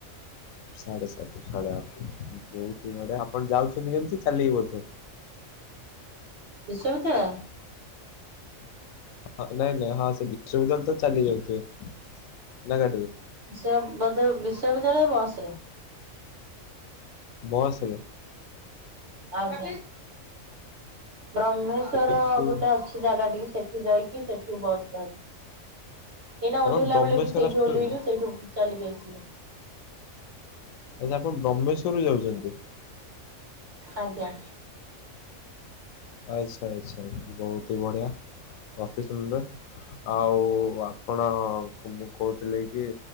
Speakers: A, on the left; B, on the right.
A: ସାଢେ ସାତ ରୁ ସାଢେ ଆଠ। <unintelligible> ଆପଣ ଯାଉଛନ୍ତି କେମିତି? ଚାଲିକି ବୋଧେ।
B: ବିଶ୍ବବିଦ୍ୟାଳୟ?
A: ହଁ ନାଇଁ ନାଇଁ ହଁ ସେ ବିଶ୍ଵବିଦ୍ୟାଳୟ ତ ଚାଲିକି ଯାଉଥିବେ। ନା ଗାଡ଼ି ରେ?
B: ସେ ବୋଧେ ବିଶ୍ୱବିଦ୍ୟାଳୟ ବସ ରେ।
A: ବସରେ?
B: ଆଜ୍ଞା। ବ୍ରହ୍ମେଶ୍ଵର
A: ଏଠୁ
B: ଗୋଟେ ଅଛି ସେ ଜାଗା ଟିକି, ସେଠି ଯାଇକି ସେଠୁ ବସ ଧରୁ। ଏଇନା
A: ଆପଣ
B: ଓହ୍ଲେଇଲା
A: ବ୍ରହ୍ମେଶ୍ଵର
B: ବେଳେ ବି ସେଇଠୁ
A: ଆସୁଛନ୍ତି
B: ଓହ୍ଲେଇଲୁ, ସେଇଠୁ ଚାଲିକି ଆସିଲୁ।
A: ଆଚ୍ଛା ଆପଣ ବ୍ରହ୍ମେଶ୍ୱରରୁ ଯାଉଛନ୍ତି?
B: ଆଜ୍ଞା।
A: ଆଚ୍ଛା ଆଚ୍ଛା। ବହୁତି ହି ବଢିଆ ଅତି ସୁନ୍ଦର। ଆଉ ଆପଣ ମୁଁ କହୁଥିଲି କି